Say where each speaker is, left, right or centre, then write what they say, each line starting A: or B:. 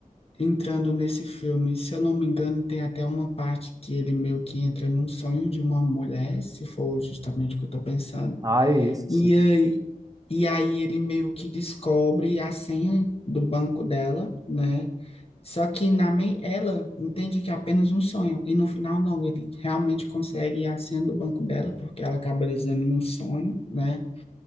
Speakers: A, on the left (about 40°); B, on the right (about 25°).
A: entrando nesse filme, se eu não me engano, tem até uma parte que ele meio que entra num sonho de uma mulher, se for justamente o que eu estou pensando.
B: Ah, é esse
A: E
B: sim.
A: aí, e aí ele meio que descobre a senha do banco dela, né? Só que na men- ela entende que é apenas um sonho, e no final não, ele realmente consegue a senha do banco dela, porque ela acaba dizendo num sonho, né?